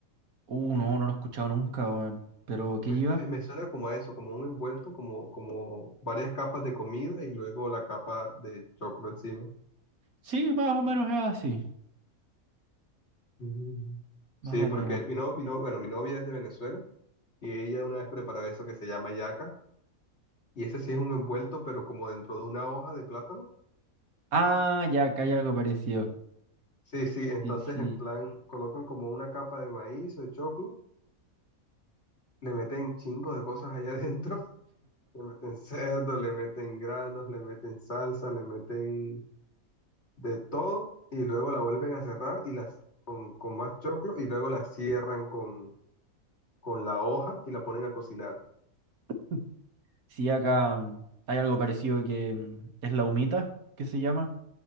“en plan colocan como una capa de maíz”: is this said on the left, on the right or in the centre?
Left